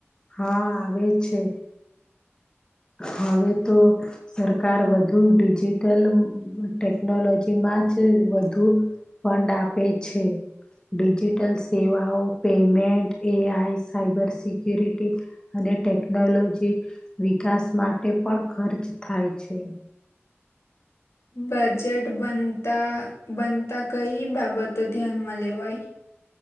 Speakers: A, on the left (about 20°); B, on the left (about 70°).
A: હા, આવે છે હવે, તો સરકાર વધુ ડિજિટલ ટેકનોલોજીમાં પાચ વધુ ફંડ આપે છે. ડિજિટલ સેવાઓ, payment A I cyber security અને અને ટેકનોલોજી વિકાસ માટે પણ ખર્ચ થાય છે.
B: બજેટ બનતા-બનતા કઈ બાબતો ધ્યાનમાં લેવાય